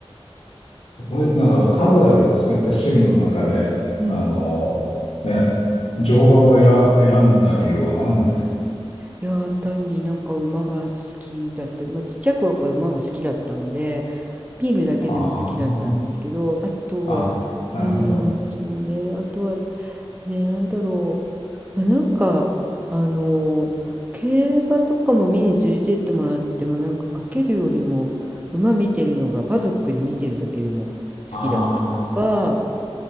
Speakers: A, on the left (about 80°); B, on the right (about 15°).
A: い。これです。なんか数あるそういった趣味の中で、
B: うん。
A: あの、ね、乗馬を選、選んだ理由は何なんですか
B: いやー単になんか馬が好きだった、まあ、ちっちゃい頃から馬は好きだったので、ビールだけでも好きだったんですけど、
A: あ
B: あとは、
A: あ、あ、
B: うーん、
A: なるほど。
B: そうね、あとは、ね、なんだろう、まあ、なんか、あの、競馬とかも見に連れてってもらっても、なんかかけるよりも、馬見てるのが、パドックで見てるだけでも好きだったりとか、
A: あ